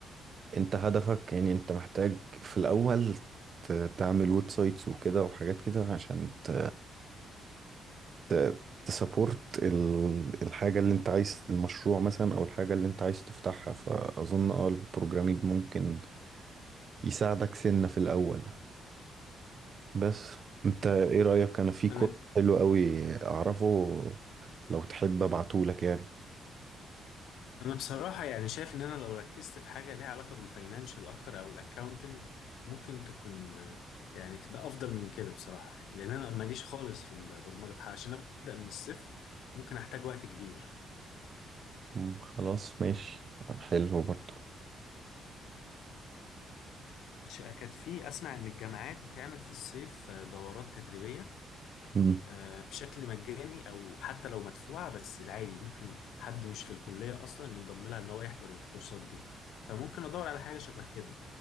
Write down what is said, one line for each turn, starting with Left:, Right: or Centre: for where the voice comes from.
Right: انت هدفك يعني انت محتاج في الاول ت- تعمل ويب سايتس وكده وحاجات كده عشان ت... ت... تسابورت ال... الحاجة اللي انت عايز المشروع مثلا او الحاجة اللي انت عايز تفتحها فاظن اه البروجرامينج ممكن يساعدك سنة في الاول بس انت ايه رأيك انا في كورس
Left: انا
Right: حلو قوي اعرفه لو تحب ابعتهولك يعني
Left: انا بصراحة يعني شايف ان انا لو ركزت في حاجة ليها علاقة بالفاينانشال اكتر او الاكاونتنج ممكن تكون آه، يعني تبقى افضل من كده بصراحة لان انا ماليش خالص في البرمجة عشان ابدأ من الصفر ممكن احتاج وقت كبير
Right: مم، خلاص ماشي حلو برضو
Left: ش- كانت في اسمع ان الجامعات بتعمل في الصيف آه، دورات تدريبية
Right: مم.
Left: آه، بشكل مجاني او حتى لو مدفوعة بس العادي ممكن حد مش في الكلية اصلا ينضم لها ان هو يحضر الكورسات دي فممكن ادور على حاجة شبه كده